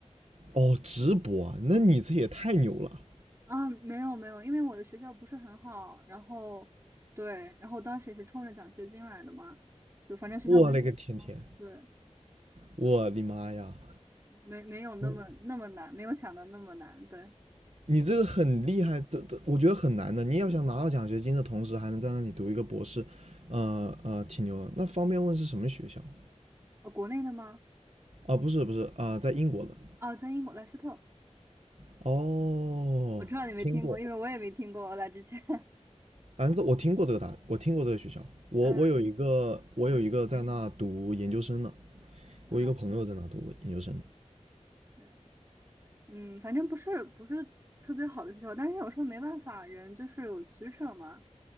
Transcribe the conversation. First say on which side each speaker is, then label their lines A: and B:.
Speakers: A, on the right (about 60°); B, on the right (about 20°).
A: 哦，直博啊，那你这也太牛了！
B: 啊，没有没有，因为我的学校不是很好，然后对，然后当时也是冲着奖学金来的嘛，就反正学校不是很好，
A: 我勒个天天，
B: 对，
A: 我的妈呀！
B: 没没有那么那么难，
A: 你
B: 没有想到那么难。对，
A: 你这个很厉害，这这我觉得很难的。你要想拿到奖学金的同时，还能在那里读一个博士，呃呃，挺牛的。那方便问是什么学校吗
B: 呃，国内的吗？
A: 啊，不是不是啊，在英国的。
B: 哦，在英国莱斯特，
A: 哦，
B: 我知道你没听过，
A: 听过。
B: 因为我也没听过。我来之前，
A: 反正我听过这个大，我听过这个学校。我我有一个，
B: <laughs> 嗯
A: 我有一个在那读研究生的，
B: 嗯嗯，
A: 我有一个朋友在那读研究生。
B: 对对，嗯，反正不是不是特别好的学校，但是有时候没办法，人就是有取舍嘛，